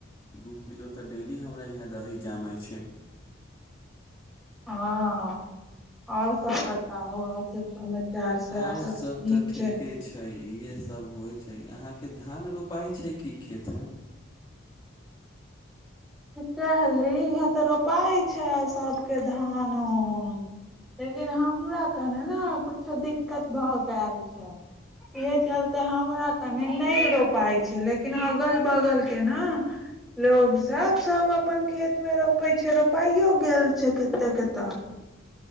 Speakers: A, on the left; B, in the centre.
A: दू किलो तऽ डेली हमरा यहाँ दही जमाै छै
B: हँ ओर सब ब आउ और सब समाचार सब
A: आओर
B: सब नीक
A: तऽ ठीके
B: छै
A: छै इहे सब होइ छै अहाँके धान रोपाइ छै कि खेतमे
B: कहली इहाँ ते रोपाइ छै सबके धान उन लेकिन हमरा केने ने कुछो दिक्कत भए गल छै इहे चलते हमरा कनि नहि रोपाइ छै लेकिन अगल बगल के ने लोग सब सब अपन खेत मे रोपे छै रोपाइयो गेल छै कते कत